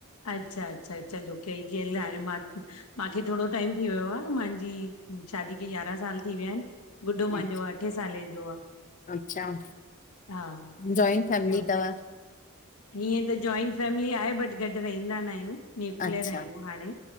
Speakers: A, on the left (about 80°); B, on the left (about 35°).
A: अच्छा अच्छा <unintelligible> चलो कई गेल म मांखे थोरो टाइम थी वियो आहे, मांहिंजी शादी खे यारहां साल थी विया आहिनि।
B: आहिनि।
A: गुॾो मांजो अठे साले जो आहे।
B: अच्छा
A: हा
B: जॉइंट फैमिली
A: ॿियो
B: अथव?
A: हीअं त जॉइंट फैमिली आहे बट गॾु रहंदा न आहियूं। न्यूक्लियर
B: अच्छा
A: आहियूं हाणे।